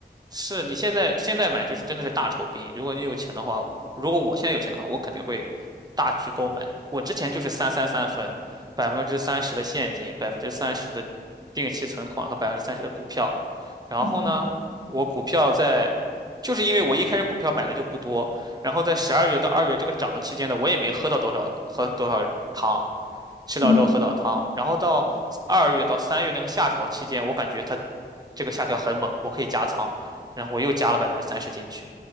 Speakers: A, on the right; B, on the right.
A: 是你现在现在买就是真的是大酬宾。如果你有钱的话，如果我现在有钱的话，我肯定会大举购买。我之前就是三三三分，百分之三十的现金，百分之三十的定期存款和百分之三十的股票。然后呢，
B: 么的。嗯
A: 我股票在，就是因为我一开始股票买的就不多，然后在十二月到二月这个涨的期间呢，我也没喝到多少喝多少汤，吃到肉喝到汤。
B: 嗯。
A: 然后到二月到三月那个下调期间，我感觉它这个下调很猛，我可以加仓，然后我又加了百分之三十进去，